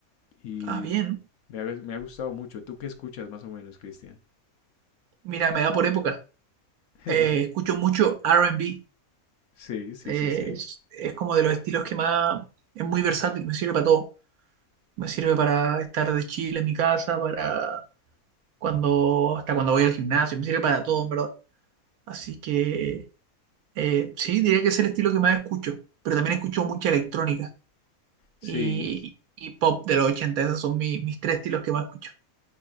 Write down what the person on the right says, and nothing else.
Ah, bien.
Mira, me da por época.
Eh, escucho mucho R&B.
Eh,
es, es como de los estilos que más... Es muy versátil, me sirve para todo. Me sirve para estar de chile en mi casa, para cuando... Hasta cuando voy al gimnasio, me sirve para todo, en verdad. Así que Eh, sí, diría que es el estilo que más escucho, pero también escucho mucha electrónica
y, y pop de los 80. esos son mi- mis tres estilos que más escucho.